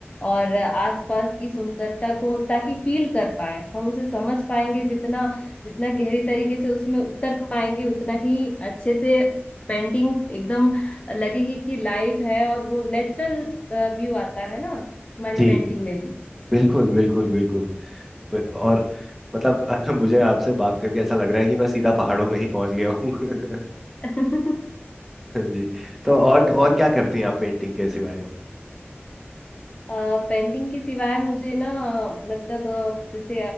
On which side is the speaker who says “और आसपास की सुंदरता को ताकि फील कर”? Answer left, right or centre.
Left